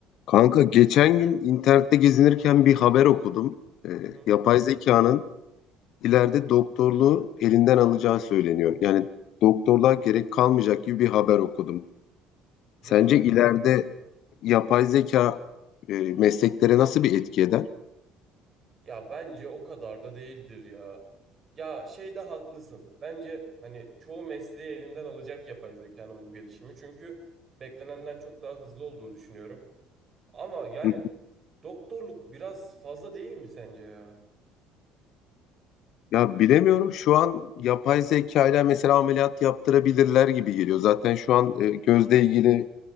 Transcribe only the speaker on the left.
Kanka geçen gün internette gezinirken bir haber okudum. Ee,
yapay zekanın ileride doktorluğu elinden alacağı söyleniyor. Yani doktorluğa gerek kalmayacak gibi bir haber okudum.
Sence
ileride yapay zeka e, mesleklere nasıl bir etki eder?
Hı.
Ya bilemiyorum. Şu an yapay zeka ile mesela ameliyat yaptırabilirler gibi geliyor. Zaten şu an e, gözle ilgili